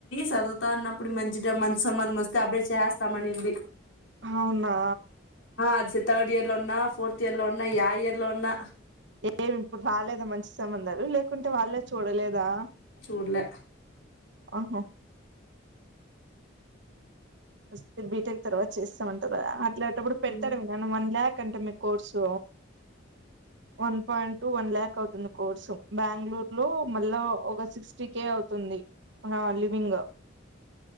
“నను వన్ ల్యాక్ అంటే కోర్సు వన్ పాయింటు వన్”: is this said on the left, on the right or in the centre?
Right